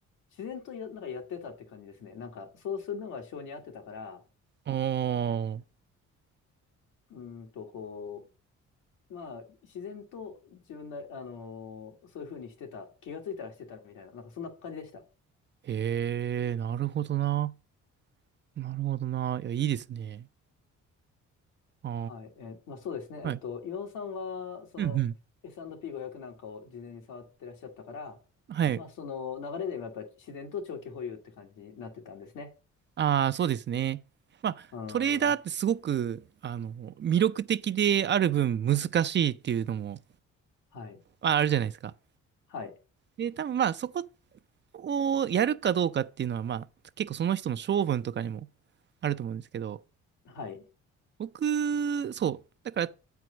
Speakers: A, on the left; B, on the right.
A: 自然とや、なんかやってたって感じですね。なんか、そうするのが性に合ってたから、
B: おー。
A: うーんと、こう、まあ、自然と自分な、あのーそういうふうにしてた、気がついたらしてたみたいな、なんかそんな感じでした。
B: へえ、なるほどな。なるほどな。いや、いいですね。あ
A: はい。えーまあそうですね。えっと、
B: あ。はい。
A: 岩尾さんは、その、
B: うん、うん。
A: S&P500 なんかを事前に触ってらっしゃったから、
B: はい。
A: まあ、その流れで今やっぱり自然と長期保有って感じになってたんですね。
B: ああ、そうですね。まあ、
A: うー
B: トレーダーってすごく、
A: ん。
B: あの、魅力的である分難しいっていうのも、
A: はい。
B: まあ、あるじゃないですか。
A: はい。
B: で、多分まあ、そこをやるかどうかっていうのは、まあ、結構その人の性分とかにもあると思うんですけど、
A: はい。
B: 僕、そう。だから、ち